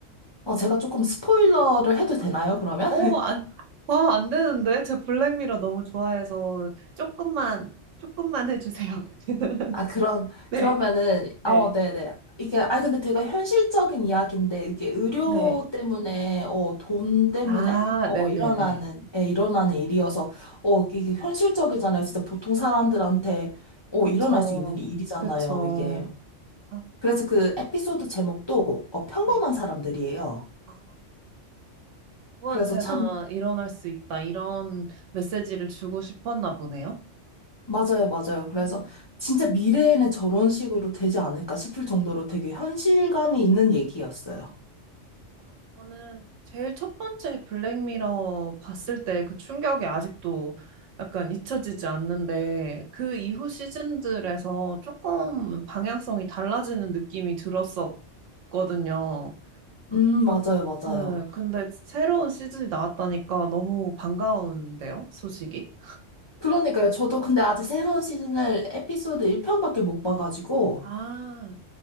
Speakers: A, on the left; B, on the right.
A: 아, 제가 조금 스포일러를 해도 되나요, 그러면?
B: 어, 안, 와, 안 되는데? 제 블랙미러 너무 좋아해서 조금만, 조금만 해주세요. <laughs>
A: 아, 그럼,
B: 네,
A: 그러면은,
B: 네.
A: 어, 네네. 이게, 아, 근데 되게 현실적인 이야기인데, 이게 의료
B: 네.
A: 때문에, 어, 돈 때문에,
B: 아,
A: 어,
B: 네네네.
A: 일어나는, 예, 일어나는 일이어서, 어, 이게 현실적이잖아요. 진짜 보통 사람들한테, 어,
B: 그쵸,
A: 일어날 수 있는 일이잖아요,
B: 그쵸.
A: 이게.
B: 아,
A: 그래서 그 에피소드 제목도, 어, 평범한
B: 네.
A: 사람들이에요.
B: 아, 누구한테나
A: 그래서 참,
B: 일어날 수 있다. 이런 메시지를 주고 싶었나 보네요.
A: 맞아요, 맞아요. 그래서
B: 아,
A: 진짜 미래에는 저런 식으로 되지 않을까 싶을 정도로 되게 현실감이 있는 얘기였어요.
B: 아. 아, 저는 제일 첫 번째 블랙미러 봤을 때 그 충격이 아직도 약간 잊혀지지 않는데 그 이후 시즌들에서 조금 방향성이 달라지는 느낌이 들었었거든요.
A: 음, 맞아요, 맞아요.
B: 네, 근데 새로운 시즌이 나왔다니까 너무 반가운데요, 소식이?
A: 그러니까요. 저도 근데 아직 새로운 시즌을 에피소드 1편밖에 못 봐가지고,
B: 아,